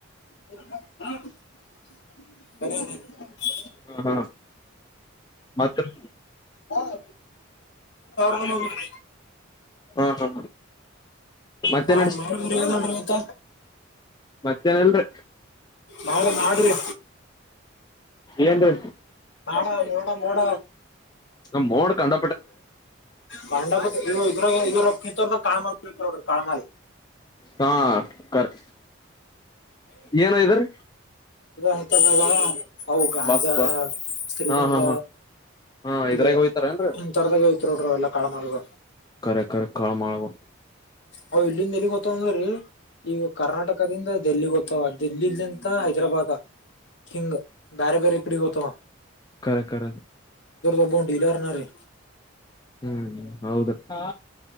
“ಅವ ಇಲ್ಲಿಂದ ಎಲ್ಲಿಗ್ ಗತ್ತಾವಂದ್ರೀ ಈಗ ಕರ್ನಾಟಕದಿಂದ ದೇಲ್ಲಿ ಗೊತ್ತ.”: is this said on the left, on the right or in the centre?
Left